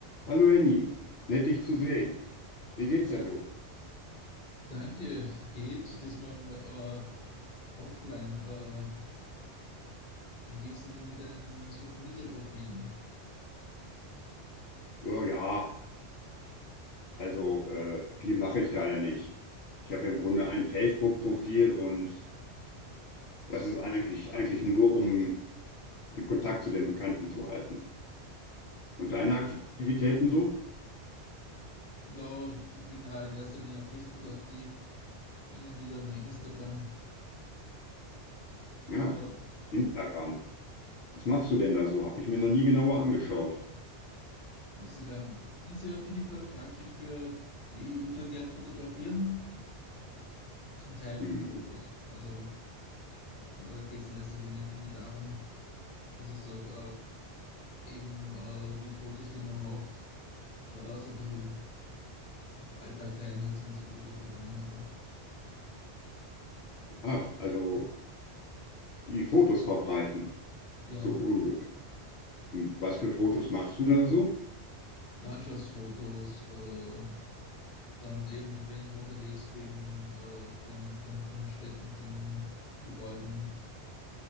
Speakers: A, on the left; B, on the left.
A: Hallo Andy, nett dich zu sehen. Wie geht's
B: Hallo Marc,
A: denn so?
B: danke. Geht das mal mal, äh, offline? Äh, wie geht's dir denn mit deinen Social Media Profilen?
A: Oh ja, also äh, viel mache ich da ja nicht. Ich habe ja im Grunde ein Facebook-Profil und das ist eigentlich, eigentlich nur, um den Kontakt zu den Bekannten zu halten. Und deine Aktivitäten so?
B: Ja, ich bin auch in erster Linie auf Facebook aktiv, hin und wieder mal Instagram.
A: Ja,
B: Äh,
A: Instagram. Was machst du denn da so? Habe ich mir noch nie genauer angeschaut.
B: Instagram, Instagram finde ich vor allem praktisch für, ich, ich tue gern fotografieren, zum Teilen
A: Hm,
B: von Fotos. Also äh, geht es in erster Linie für mich darum, dass ich sage, äh, eben äh, die Fotos, die man macht, äh, so ein bisschen. Alltag teilen hört sich immer so großartig an, aber
A: ah, also die Fotos verbreiten.
B: ja,
A: So, äh, und was für Fotos machst du da so?
B: Landschaftsfotos, äh, dann eben, wenn ich unterwegs bin, äh, von, von, von Städten, von Gebäuden,